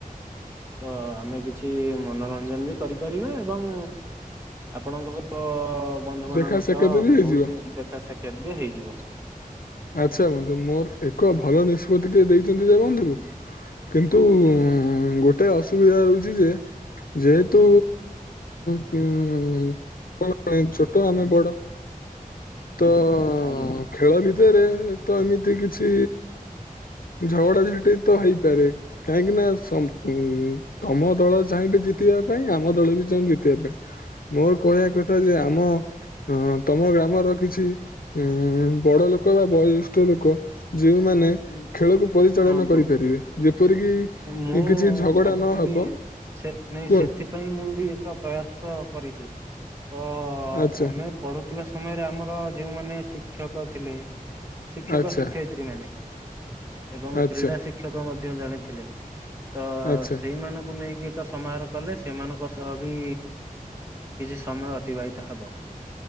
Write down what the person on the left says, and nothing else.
ଦେଖା
ସାକ୍ଷାତ ବି ହେଇଯିବ
ଆଚ୍ଛା ବନ୍ଧୁ ମୋର ଏକ ଭଲ ନିଷ୍ପତି ଟିକେ ଦେଇଛନ୍ତି ଯେ ବନ୍ଧୁ କିନ୍ତୁ
ହୁଁ ଗୋଟେ ଅସୁବିଧା ରହୁଚି ଯେ ଯେହେତୁ <unintelligible> କଣ ଛୋଟ ଆମେ ବଡ ତ
ଖେଳ ବି ଭିତେରେ ତ ଏମିତି କିଛି ଝଗଡାଝାଣ୍ଟି ତ ହେଇପାରେ। କାହିଁକି ନା ସମ୍ ତମ ଦଳ ଚାହିଁବେ ଜିତିବା ପାଇଁ ଆମ ଦଳ ବି ଚାହିଁବେ ଜିତିବା ପାଇଁ। ମୋରୋ କହିବା କଥା ଯେ ଆମ ହଁ ତମ ଗ୍ରାମର କିଛି ଉ ବଡ ଲୋକ ଲୋକ ବା ବୟୋଜ୍ୟଷ୍ଠ ଲୋକ ଯୋଉଁମାନେ
ଖେଳକୁ ପରିଚାଳନ
କରିପାରିବେ ଯେପରିକି
କିଛି ଝଗଡା
ନହବ।
କୁହନ୍ତୁ
ଆଚ୍ଛା
ଆଚ୍ଛା
ଆଚ୍ଛା
ଆଚ୍ଛା